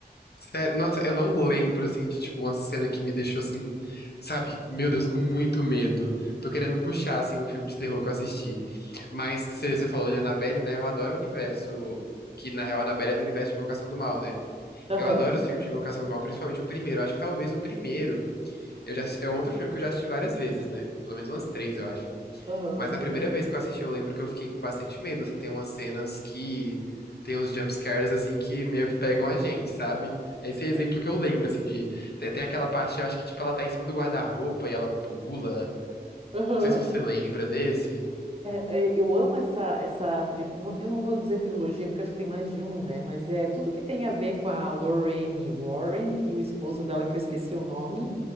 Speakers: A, on the left; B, on the right.
A: Sério, nossa, eu não lembro, assim, de, tipo, uma cena que me deixou, assim, sabe, meu Deus, com muito medo. Tô querendo puxar, assim, no filme de terror que eu assisti. Mas você falou de Annabelle, né? Eu adoro o universo, que na real a Annabelle é do universo de Invocação do Mal, né?
B: Aham,
A: Eu adoro os filmes de Invocação do Mal, principalmente o primeiro. Acho que talvez o primeiro. Eu já, assisti- é um outro filme que eu já assisti várias vezes, né? Pelo menos umas três, eu acho.
B: aham,
A: Mas
B: eu
A: na
B: também.
A: primeira vez que eu assisti, eu lembro que eu fiquei com bastante medo. Assim, tem umas cenas que. Tem uns jumpscares, assim, que meio que pegam a gente, sabe? Esse é exemplo
B: Sim.
A: que eu lembro, assim, de. Tem, tem aquela parte, eu acho que, tipo, ela tá em cima do guarda-roupa e ela pula.
B: Aham.
A: Não sei se você lembra desse.
B: É, é, eu amo essa, essa, tri- não- eu não vou dizer trilogia, porque acho que tem mais de um, né? Mas é tudo que tem a ver com a Lorraine Warren e o esposo dela, que eu esqueci o nome.